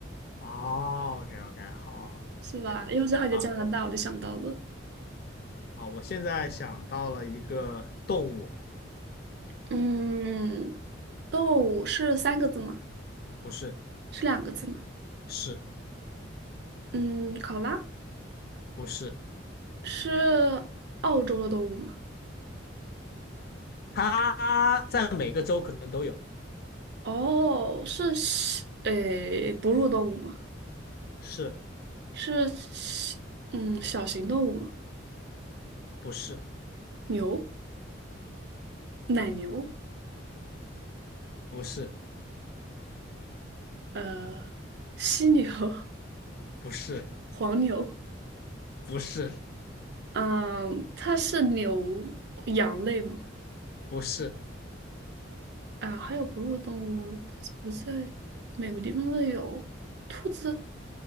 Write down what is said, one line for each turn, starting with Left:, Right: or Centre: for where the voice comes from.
Left: 哦，OK OK，好好好，
Right: 是吧？
Left: 行，
Right: 因为正好你在加拿大，
Left: 啊
Right: 我就想到了。
Left: 啊，我现在想到了一个动物，
Right: 嗯，动物是三个字吗？
Left: 不是，
Right: 是两个字吗？
Left: 是
Right: 嗯，考拉
Left: 不是？
Right: 是澳洲的动物吗？
Left: 它在每个州可能都有，
Right: 哦，是小，诶，哺乳动物吗？
Left: 是
Right: 是小嗯，小型动物吗？
Left: 不是？
Right: 牛，奶牛，
Left: 不是，
Right: 呃，犀牛，<laughs>
Left: 不是，
Right: 黄牛，
Left: 不是，
Right: 嗯，它是牛羊类吗？
Left: 不是，
Right: 啊，还有哺乳动物，它是不是在每个地方都有。兔子，